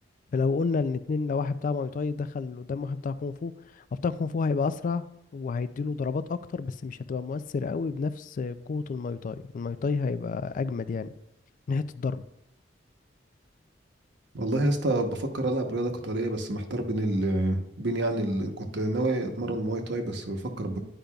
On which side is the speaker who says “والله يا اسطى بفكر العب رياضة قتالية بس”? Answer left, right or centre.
Right